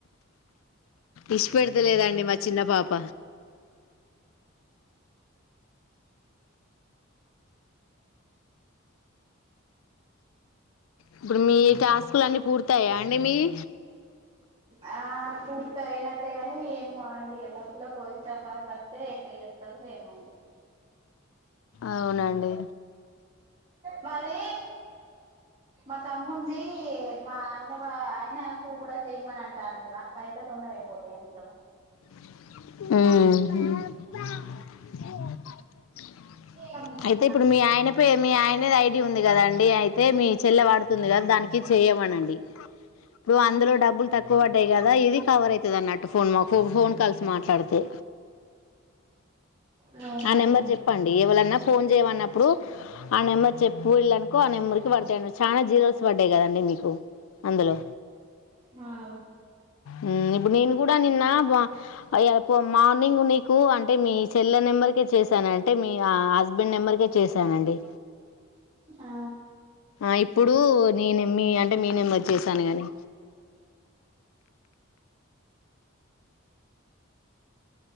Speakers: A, on the left; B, on the right.
A: ఇడ్చిపెడతలేదండి మా చిన్న పాప ఇప్పుడు మీ టేస్కులు అన్ని పూర్తాయ్యా అండి మీయి
B: ఆ పూర్తి అయినట్టే గాని ఏమో అండి ఇగ డబ్బులకు కొలతపతతే ఎట్లా చెప్తారు ఏమో అండి
A: అవునండి
B: మాది మా తమ్ముంది మా ఆయన ఆయనకు కూడా చేయమని అంటా అండి అట్లా అయితే తొందర అయిపోతాయి అండి ఇగ మరి
A: ఊహు
B: తమ్మునికి
A: అయితే ఇప్పుడు
B: అక్క
A: మీ ఆయన పేరు మీ ఆయన అయ్ డి ఉంది కదాండి అయితే మీ చెల్లె వాడుతుంది కదా దానికి చేయమనండి ఇప్పుడు అందులో డబ్బులు తక్కువ పడ్డాయి కదా ఇది కవర్ ఐతది అన్నట్టు ఫోన్ వాక్ ఫో ఫోన్ కాల్స్ మాట్లాడితే
B: అవునా
A: ఆ
B: అండి
A: నెంబర్ చెప్పండి ఎవలన్నా ఫోన్ చేయమన్నప్ ఇప్పుడు ఆ నెంబర్ చెప్పిళ్ళనుకో ఆ నెంబర్ కి పడతా చాలా జీరోస్ పడ్డాయి కదండి మీకు అందులో
B: ఆ
A: ఊ ఇప్పుడు నేను కూడా నిన్న మా అ యప్ పో మార్నింగ్ నీకు కూ అంటే మీ చెల్లె నెంబర్ చేశానంటే మీ హస్బెండ్ నెంబరకే చేశానండి
B: ఆ
A: ఆ ఇప్పుడు నేను మీ అంటే మీ నెంబర్ కి చేసాను గాని